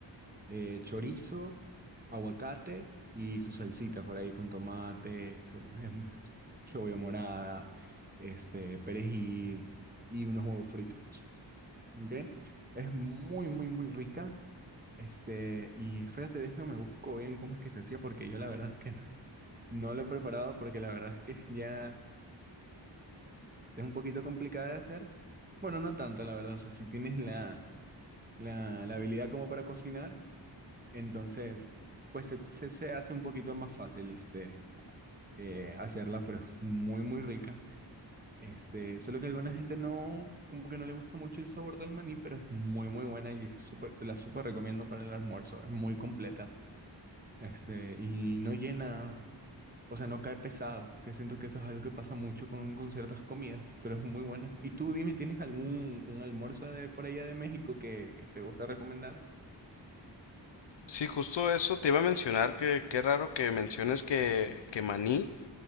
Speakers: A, on the right; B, on the left.
A: eh, chorizo, aguacate y su salsita por ahí con tomate, cebolla, <laughs> cebolla morada, este, perejil y unos huevos fritos. ¿ok? Es muy, muy, muy rica este, y espérate, déjame busco bien cómo es que se hacía, porque yo la verdad es que no, no lo he preparado, porque la verdad es que ya es un poquito complicada de hacer. Bueno, no tanto, la verdad. O sea, si tienes la, la, la habilidad como para cocinar, entonces, pues se, se, se hace un poquito más fácil este, eh, hacerla, pero es muy, muy rica. Este, solo que a alguna gente no, como que no le gusta mucho el sabor del maní, pero es muy, muy buena y es súper, te la súper recomiendo para el almuerzo. Es muy completa. este, y no llena, o sea, no cae pesado, que siento que eso es algo que pasa mucho con, con ciertas comidas, pero es muy buena. Y tú dime, ¿tienes algún un almuerzo de por allá de México que, que te gusta recomendar?
B: Sí, justo eso te iba a mencionar que qué raro que menciones que, que maní.